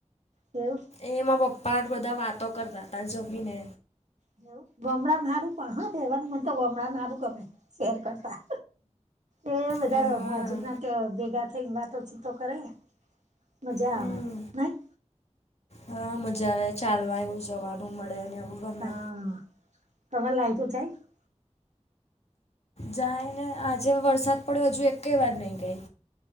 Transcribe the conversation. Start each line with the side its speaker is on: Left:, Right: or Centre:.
Right: હલો.
Left: એમાં પપ્પા બધા વાતો કરતા હતા જમીને.
Right: એવું ગમડા મારું પણ હ તોવાનું મને તો ગમડા મારું ગમે શેર કરતા. એ વધારે
Left: હા
Right: હ હજુક ના તો ભેગા થઈ વાતો છૂતો કરે. મજા
Left: હમ
Right: આવે નાહી.
Left: હા મજા આવે ચાલવા એવું જવાનું મળે ને એવું. ગમે
Right: હા તમેરે લાઈટું જાય.
Left: જાય ને આજે વરસાદ પડ્યો હજુ એકઈ વાત નઈ ગઈ.